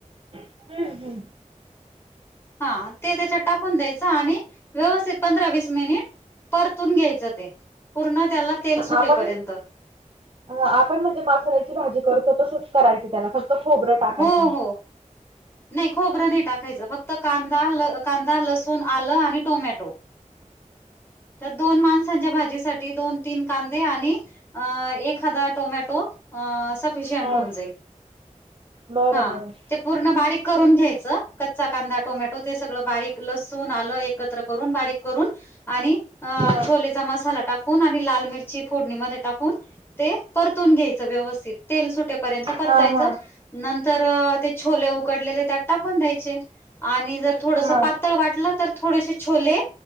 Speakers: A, on the right; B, on the left.
A: हम्म. हम्म.
B: हा ते त्याच्यात टाकून द्यायचं आणि व्यवस्थित पंधरा वीस मिनिट, परतून घ्यायचं ते. पूर्ण त्याला तेल सुटेपर्यंत.
A: आपण आपण म्हणजे मासाल्याची भाजी करतो तसंच करायचं त्याला फक्त खोबरं टाकायचं
B: हो. हो. नाही खोबरं नाही टाकायचं फक्त कांदा कांदा, लसू आलं आणि टोमॅटो. दोन माणसांच्या भाजीसाठी दोन-तीन कांदे आणि एखादा टोमॅटो, तो सफिशियंट
A: हा
B: होऊन जाईल.
A: बरं
B: हा
A: बरं
B: ते पूर्ण बारीक करून घ्यायचं कच्चा कांदा, टोमॅटो ते सगळ बारीक लसूण आलं एकत्र करून बारीक करून आणि
A: हा
B: छोले मसाला टाकून आणि लाल मिरची फोडणी मध्ये, टाकून ते परतून घ्यायचं व्यवस्थित तेल सुटेपर्यंत परतायचं.
A: हा हा
B: नंतर ते छोले उकडलेले त्यात टाकून द्यायचे. आणि जर थोडस
A: हा
B: पातळ वाटलं तर, थोडेसे छोले